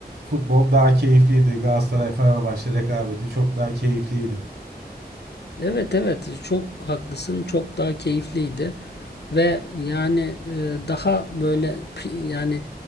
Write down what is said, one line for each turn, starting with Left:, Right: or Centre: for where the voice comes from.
Right: futbol daha keyifliydi. Galatasaray Fenerbahçe rekabeti çok daha keyifliydi.
Left: Evet evet çok haklısın çok daha keyifliydi ve yani e, daha böyle pi- yani